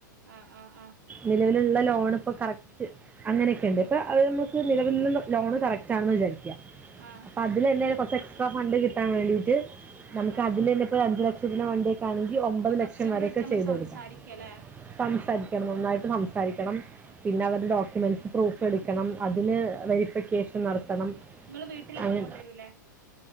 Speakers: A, on the right; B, on the right.
A: ആഹ് ആഹ് ആ
B: നിലവിലുള്ള ലോണ് ഇപ്പൊ കറക്റ്റ് അങ്ങനെയൊക്കെ ഉണ്ട് ഇപ്പൊ അത് നമുക്ക് നിലവില ലോണ് കറക്റ്റാണെന്ന് വിചാരിക്കാം
A: ആഹ്
B: അപ്പൊ അതില് തന്നെ കൊറച്ച് എക്സ്ട്രാ ഫണ്ട് കിട്ടാൻ വേണ്ടിട്ട് നമുക്ക്
A: ആഹ് ആഹ്
B: അതില്ന്നെ അഞ്ചു ലക്ഷം സിചന വണ്ടിയക്കാണെങ്കിൽ ഒമ്പത്
A: അപ്പൊ കസ്റ്റമറെ
B: ലക്ഷം വരെയൊക്കെ
A: അടുത്ത് നമ്മള്
B: ചെയ്തൊടുക്കാം
A: സംസാരിക്കല്ലേ
B: സംസാരിക്കണം നന്നായിട്ട് സംസാരിക്കണം പിന്നെ
A: ആഹ്
B: അവരുടെ ഡോക്യൂമെന്റ്സ് പ്രൂഫ് എടുക്കണം അതിന് വെരിഫിക്കേഷൻ നടത്തണം
A: നിങ്ങള് വീട്ടിലൊക്കെ
B: അങ്ങനെ
A: പോകണ്ടി വരൂല്ലേ